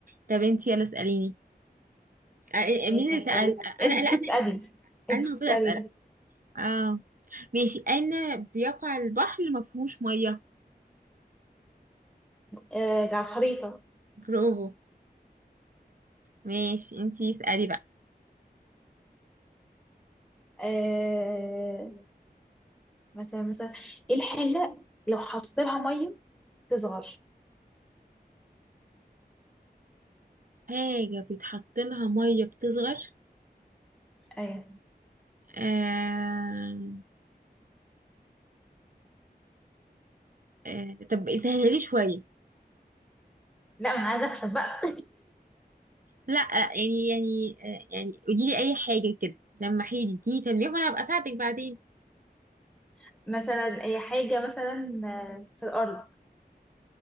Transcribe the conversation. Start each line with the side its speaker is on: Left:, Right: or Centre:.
Right: طب انتي يلا اسأليني آه، آه،
Centre: ماشي
Right: مين اللي
Centre: هسألك
Right: سأل آه،
Centre: انت
Right: انا لا
Centre: المفروض
Right: انا
Centre: تسألي انت
Right: انا
Centre: المفروض
Right: المفروض
Centre: تسأليني
Right: اسأل اه ماشي انا بيقع البحر اللي ما فيهوش مية
Centre: آه على الخريطه
Right: برافو ماشي انتي اسألي بقى
Centre: آه مثلا مثلا ايه الحاجه لو حطيت لها ميه تصغر
Right: حاجة بيتحط لها مية بتصغر
Centre: ايوه
Right: آه... آه... طب سهلها لي شوية
Centre: لا ما انا عايزه اكسب بقى
Right: لا يعني يعني آه، يعني قولي لي اي حاجة كده لما حيلي دي تنبيه وانا ابقى اساعدك بعدين
Centre: <laughs> مثلا اي حاجه مثلا آه، في الارض